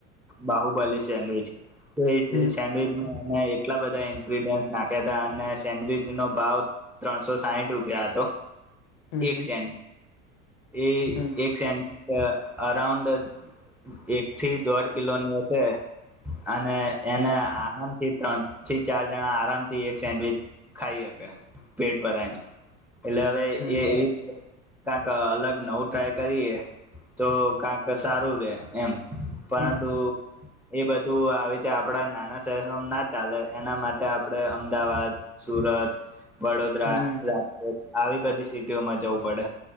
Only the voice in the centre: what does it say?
બાહુબલી સેન્ડવીચ
સેન્ડવીચમાં આટલા બધા ઇન્ગ્રીડિયન્ટસ નાખ્યા હતા અને સેન્ડવીચ નો ભાવ ત્રણસો સાહીઠ રૂપિયા હતા કતો
એક
સેન્ડવી
એ એક સેન્ડવી અરાઉન્ડ એક થી દોઢ કિલોની હશે અને એને
આરામ થી ત્રણ થી ચાર જણા આરામથી એક સેન્ડવીચ ખાઈ શકે પેટ પરને <inaudible> એવી
ક્યાક અલગ નવું ટ્રાય કરીએ તો કાંક સારું રે એમ પરંતુ
એ બધું તું આવી રીતે આપડા નાના શહેરરોમ ના ચાલે એના માટે આપણે અમદાવાદ સુરત વડોદરા
રાજકોટ આવી બધી સિટીઓમાં જવું પડે